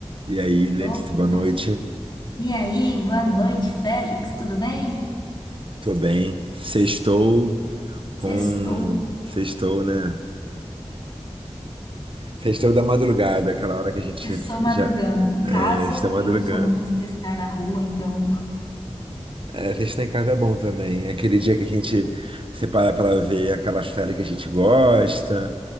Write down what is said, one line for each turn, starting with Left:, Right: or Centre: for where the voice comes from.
Right: E aí, Letícia,
Left: Opa!
Right: boa noite.
Left: E aí, boa noite, Félix, tudo bem?
Right: Tô bem. Sextou com.
Left: Sextou.
Right: Sextou, né? Sextou da madrugada, aquela hora que a gente
Left: Estou madrugando
Right: já
Left: em
Right: é,
Left: casa,
Right: está
Left: porque
Right: madrugando.
Left: eu não sou muito de sextar na rua, então.
Right: É, sextar em casa é bom também. É aquele dia que a gente separa para ver aquela série que a gente gosta.